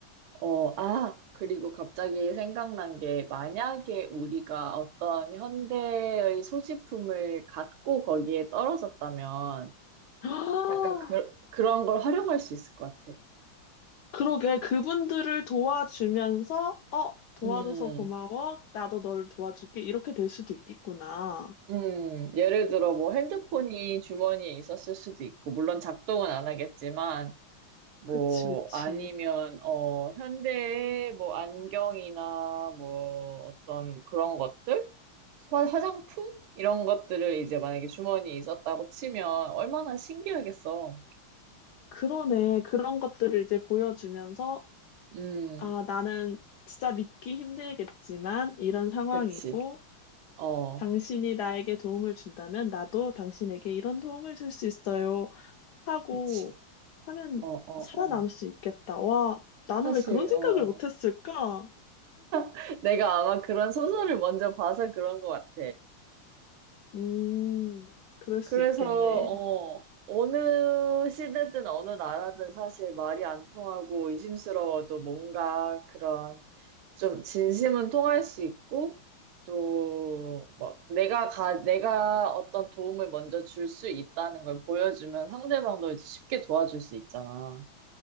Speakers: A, on the right; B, on the left.
A: 어, 아, 그리고 갑자기 생각난 게 만약에 우리가 어떤 현대의 소지품을 갖고 거기에 떨어졌다면
B: <gasps>
A: 약간 그, 그런 걸 활용할 수 있을 것 같아.
B: 그러게 그분들을 도와주면서 어 도와줘서
A: 음.
B: 고마워 나도 너를 도와줄게 이렇게 될 수도 있겠구나
A: 음, 예를 들어 뭐 핸드폰이 주머니에 있었을 수도 있고, 물론 작동은 안 하겠지만, 뭐
B: 그치 그치
A: 아니면 어 현대의 뭐 안경이나 뭐 어떤 그런 것들, 화- 화장품 이런 것들을 이제 만약에 주머니에 있었다고 치면 얼마나 신기하겠어.
B: 그러네 그런 것들을 이제 보여주면서
A: 음,
B: 아 나는 진짜 믿기 힘들겠지만 이런 상황이고
A: 그치. 어,
B: 당신이 나에게 도움을 준다면 나도 당신에게 이런 도움을 줄 수 있어요 하고
A: 그치.
B: 하면
A: 어, 어,
B: 살아남을
A: 어.
B: 수 있겠다 와 나는
A: 사실,
B: 왜 그런 생각을
A: 어.
B: 못했을까
A: <laughs> 내가 아마 그런 소설을 먼저 봐서 그런 것 같아.
B: 음 그럴 수
A: 그래서,
B: 있겠네.
A: 어, 어느 시대든 어느 나라든 사실 말이 안 통하고 의심스러워도 뭔가 그런 좀 진심은 통할 수 있고 또 막 내가 가, 내가 어떤 도움을 먼저 줄 수 있다는 걸 보여주면 상대방도 이제 쉽게 도와줄 수 있잖아.